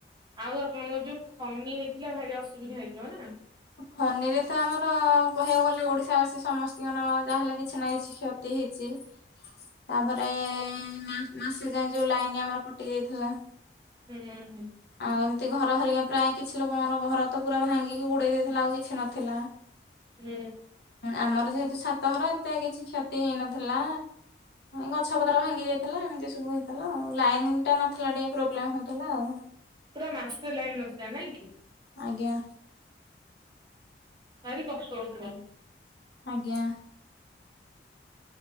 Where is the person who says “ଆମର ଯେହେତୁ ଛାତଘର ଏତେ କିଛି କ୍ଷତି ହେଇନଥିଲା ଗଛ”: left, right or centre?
Left